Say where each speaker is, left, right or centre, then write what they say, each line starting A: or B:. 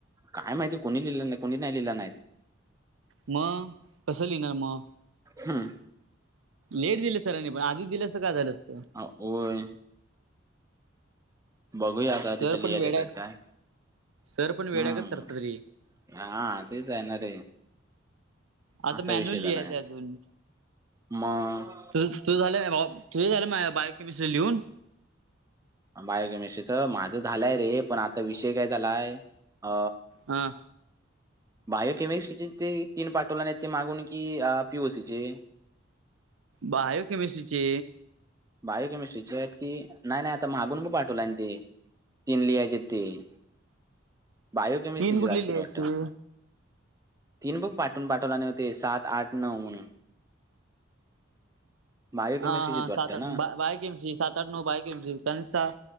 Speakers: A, on the right (about 15°); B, on the right (about 75°).
A: काय माहितीय कोणी लिहिलं नाही, कोणी नाही लिहिलं नाहीत.
B: मग, कसं लिहिणार मग?
A: हम्म.
B: लेट दिलं सरांनी पण आधी दिले असते तर काय झालं असतं.
A: होय. बघूया आता
B: सर
A: तिथं लिहायला
B: पण वेडा
A: देत्यात
B: आहे
A: काय.
B: सर पण वेड्यागत
A: हं.
B: करतात कधी तर
A: हां. तेच आहे ना रे.
B: आता
A: असा
B: मॅन्यूल
A: विषय
B: लिहायचं
A: झालाय.
B: अजून
A: मग
B: तू तूझ झाले ऑफ तूझही झालं माझ बायोकेमिस्ट्री लिहून
A: बायोकेमिस्ट्रीच माझं झालंय रे पण आता विषय काय झालाय अ
B: हां.
A: बायोकेमिस्ट्रीचे ते तीन पाठवला नाही ते मागून की पी ओ सी चे?
B: बायोकेमिस्ट्रीची.
A: बायोकेमिस्ट्रीचे आहेत की? नाही नाही आता मागून पण पाठवला आणि ते. तीन लिहायचे आहेत तीन. बायोकेेमिस्ट्रीचेच
B: तीन कुठले
A: असतील
B: लिहायचे?
A: वाटतं. तीन बुक पाठवून पाठवला न्हवं ते सात, आठ, नऊ म्हणून. बायोकेमिस्ट्रीची
B: हा हा
A: आहेत
B: सात
A: वाटतं.
B: बा
A: ना?
B: बायोकेमिस्ट्री सात, आठ, नऊ बायोकेमिस्ट्री त्यांनी सहा,